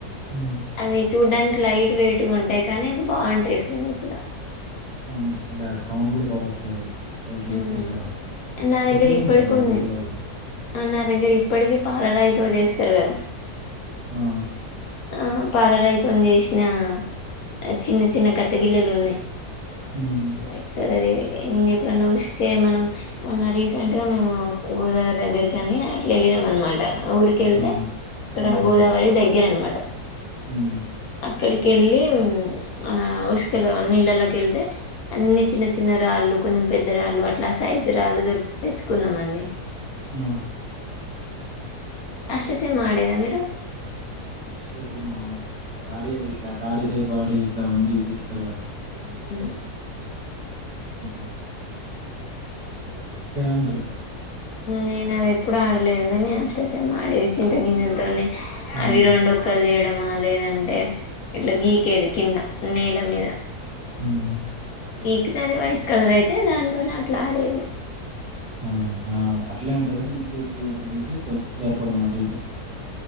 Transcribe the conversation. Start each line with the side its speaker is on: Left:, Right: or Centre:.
Right: హ్మ్.
Left: అవి చూడ్డానికి లైట్ వేట్ ఉంటాయి కానీ అ బాగుంటాయి స్మూత్గా
Right: అవును సౌండ్ కూడా బావస్తుంది కాయలు పైకి <unintelligible>
Left: ఉమ్ నా
Right: చెట్టు
Left: దగ్గర
Right: కూడా
Left: ఇప్పటికి
Right: ఉంటాయండివి
Left: ఉన్నాయి
Right: ఊర్లలో
Left: నా దగ్గర ఇప్పటికీ పాలరాయితో చేస్తారు కదా
Right: ఆ
Left: ఆ పాల రాయితో చేసినా ఆ చిన్న చిన్న కచ్చగిల్లలు ఉన్నాయి
Right: ఉమ్
Left: వైట్ కలర్ ఏ ఇ ఎప్పుడన్న ఇసుకే మనం ఉన్న రీసెంట్ గా మేము గోదావరి దగ్గర కాని అట్లా వెళ్ళినాం అనమాట ఊరికెళ్తే
Right: అవును
Left: అక్కడ
Right: అవును
Left: గోదావరి దగ్గర అనమాట
Right: ఉమ్
Left: అక్కడికెళ్ళి ఆ ఉసుకలో నీళ్ళలోకి వెళ్తే అన్ని చిన్న చిన్న రాళ్ళు కొంచెం పెద్ద రాళ్ళు అట్లా సైజు రాళ్ళు దొరికితే తెచ్చుకున్నామండి
Right: ఆ
Left: అష్టాచెమ్మా ఆడెద మీరు
Right: అష్ట చెమ్మ ఆడ్లే ఆడే ఇట్లా ఆడీ టైప్ ఆడి ఇట్లా ఉండి గీస్తారుగదా
Left: మ్మ్
Right: <unintelligible> <inaudible> అంటారు
Left: నేను అదే ఎప్పుడు ఆడలేదు కాని అష్టచమ్మ ఆడేది చింత గింజలతో
Right: ఉమ్
Left: అవి రెండుక్కలు చేయడం బాలేదంటే ఇట్లా గీకేది కింద నేల యా
Right: హ్మ్
Left: గీకితే అది వైట్ కలర్ అయితే దాంతోనే అట్లా ఆడేది
Right: అవునండి అట్లేనీ ఉంటాది కానీ ఇద్ద జరపడమ అంట ఇటు